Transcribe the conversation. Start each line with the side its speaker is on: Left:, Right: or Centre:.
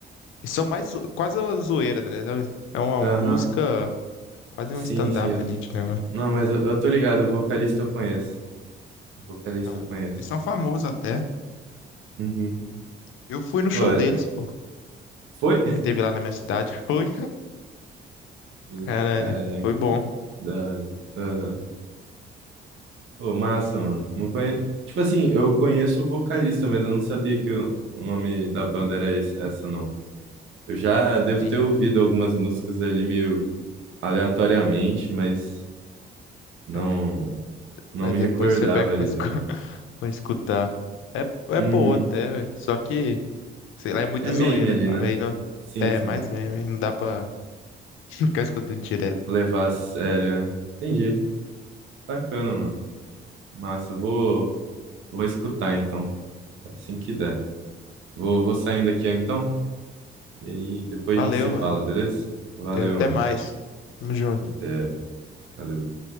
Left: eles São mais zo- quase uma zoeira, tá ligado? É uma
Right: Aham.
Left: música, quase
Right: Sim,
Left: um stand-up
Right: sim. eu-
Left: ali de negócio.
Right: Não, mas eu, eu tô ligado, o vocalista eu conheço. O vocalista
Left: Então,
Right: eu conheço.
Left: eles são famosos até.
Right: Uhum.
Left: Eu fui no show
Right: Pô,
Left: deles, pô,
Right: foi?
Left: que teve lá na minha cidade. <laughs> Foi,
Right: <laughs>
Left: caralho,
Right: Caraca,
Left: foi bom.
Right: da hora. Aham. Pô, massa, mano. Não conhe... Tipo assim, eu conheço o vocalista, mas eu não sabia que o o nome da banda era esse, essa, não. Eu já devo
Left: Sim.
Right: ter ouvido algumas músicas ali meio. aleatoriamente, mas não
Left: é.
Right: não
Left: Aí
Right: me
Left: depois
Right: recordava
Left: você pega
Right: ali
Left: pra, escu-
Right: do.
Left: <laughs> pra escutar. É, é
Right: Uhum.
Left: boa até, velho. Só que, sei lá, é muita
Right: É meme
Left: zoeira,
Right: ali,
Left: sabe?
Right: né?
Left: Aí não,
Right: Sim,
Left: é
Right: sim.
Left: mais meme, aí não dá pra <laughs> ficar escutando direto.
Right: Levar a sério. é. Entendi. Bacana, mano. Massa. Vou vou escutar então, assim que der. Vou vou saindo aqui então. E aí depois
Left: Valeu,
Right: a gente se fala,
Left: mano.
Right: beleza? Valeu,
Left: Até até
Right: mano.
Left: mais. Tamo junto.
Right: Até. Valeu.